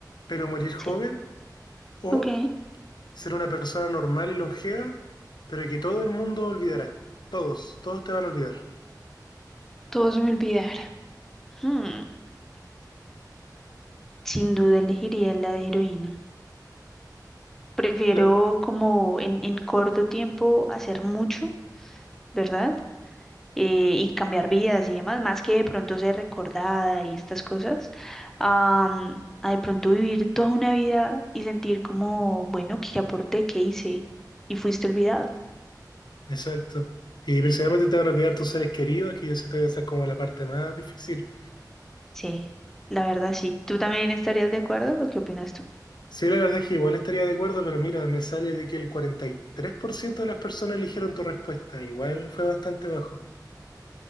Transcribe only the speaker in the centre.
Sí.
Ok.
Todo se me olvidar. Hmm, Sin duda elegiría la de heroína. Prefiero
como en, en corto tiempo hacer mucho, ¿verdad? eh, y cambiar vidas y demás, más que de pronto ser recordada y estas cosas, am, a de pronto vivir toda una vida y sentir como, bueno, qué aporté qué hice y fuiste olvidado.
Sí, la verdad sí. ¿Tú también estarías de acuerdo o qué opinas tú?